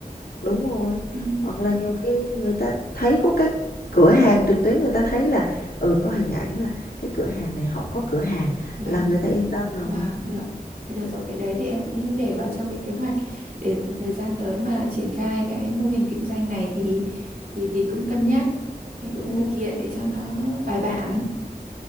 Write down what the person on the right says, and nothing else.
Ừ.
Vâng.
Vâng, được. Thế được rồi, cái đấy thì em cũng để vào trong cái kế hoạch để thời gian tới mà triển khai cái mô hình kinh doanh này thì thì thì cũng cân nhắc, thì cũng
thực hiện để cho nó bài bản.